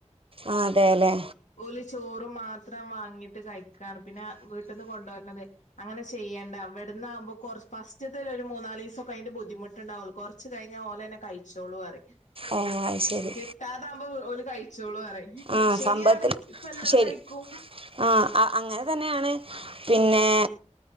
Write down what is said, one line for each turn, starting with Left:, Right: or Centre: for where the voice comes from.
Right: ആഹ് അതെ ലെ
Left: ഓല് ചോറ് മാത്രം വാങ്ങീട്ട് കഴിക്കാണ് പിന്നെ വീട്ട്ന്ന് കൊണ്ടോര്ണത് അങ്ങനെ ചെയ്യേണ്ട ഇവ്ടന്നാവുമ്പോ കൊറ ഫസ്റ്റ്ത്തെ ഒരു മൂന്നാലീസൊക്കെ അതിന്റെ ബുദ്ധിമുട്ടുണ്ടാവും കൊറച്ച് കഴിഞ്ഞാൽ ഓലന്നെ കഴിച്ചോളൂ പറിം
Right: അഹ് അഹ് ശരി
Left: കിട്ടാതാകുമ്പോ ഓല് കഴിച്ചോളൂ പറിം
Right: ആഹ്
Left: ശരിയാണ്
Right: സംഭവത്തിൽ
Left: ഇപ്പ എല്ലതും
Right: ശരി
Left: കഴിക്കും
Right: ആഹ് അ അങ്ങനെ തന്നെയാണ് പിന്നെ